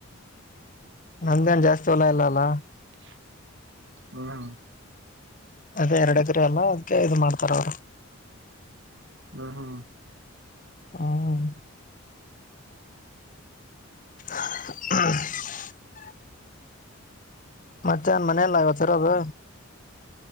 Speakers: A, on the left; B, on the right.
A: ನಂದೇನ್ ಜಾಸ್ತಿ ಹೊಲಾ ಇಲ್ಲ ಅಲ್ಲ
B: ಹ್ಮ
A: ಅದೇ ಎರಡು ಎಕ್ರೆ ಅಲ್ಲ ಅದ್ಕ್ಕೆ ಇದು ಮಾಡ್ತಾರ ಅವರು
B: ಹ ಹ್ಮ
A: ಹ್ಮ <unintelligible> ಮತ್ತೆನ್ ಮನೆಯಲ್ಲ ಇವತ್ತರೋದು